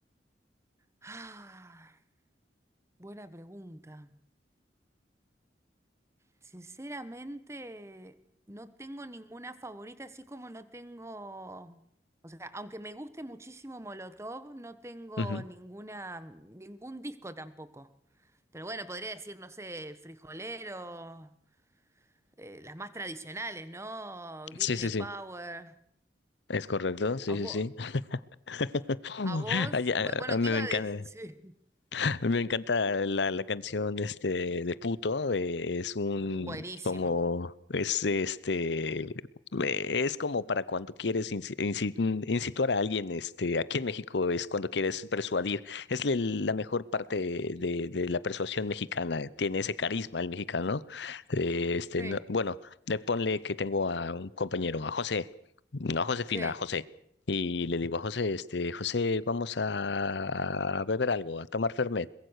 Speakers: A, on the right; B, on the left.
A: Ah, buena pregunta. Sinceramente, no tengo ninguna favorita, así como no tengo, o sea, aunque me guste muchísimo Molotov, no tengo
B: Ujú.
A: ninguna, ningún disco tampoco. Pero bueno, podría decir, no sé, Frijolero, eh, las más tradicionales, ¿no? Give
B: Sí,
A: Me
B: sí,
A: the
B: sí.
A: Power.
B: Es correcto, sí,
A: A vos,
B: sí, sí. <laughs>
A: a vos,
B: Ay, a-
A: bu- bueno,
B: a mí
A: te iba
B: me encanta.
A: a decir, <laughs> sí.
B: <laughs> Me encanta la, la canción este de Puto, eh, es un
A: Buenísimo.
B: como es este eh, es como para cuando quieres insi- insi- incituar a alguien este aquí en México es cuando quieres persuadir, es el- la mejor parte de, de la persuasión mexicana, tiene ese carisma el mexicano. eh, este
A: Sí,
B: no- bueno, le ponle que tengo a un compañero, a José, no a Josefina,
A: sí.
B: a José. Y le digo a José, este, José, vamos a beber algo, a tomar Fernet.